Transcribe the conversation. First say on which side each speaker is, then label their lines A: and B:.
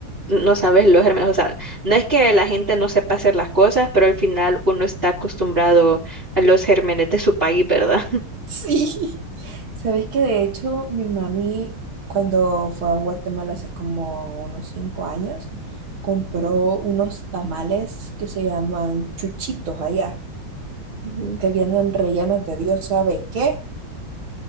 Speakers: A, on the right; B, on the right.
A: no sabes los gérmenes. O sea, no es que la gente no sepa hacer las cosas, pero al final uno está acostumbrado a los gérmenes de su país, ¿verdad?
B: sí. Sabes que de hecho mi mami cuando fue a Guatemala hace como unos cinco años, compró unos tamales que se llaman chuchitos allá,
A: <laughs> Ujú.
B: que vienen rellenos de Dios sabe qué,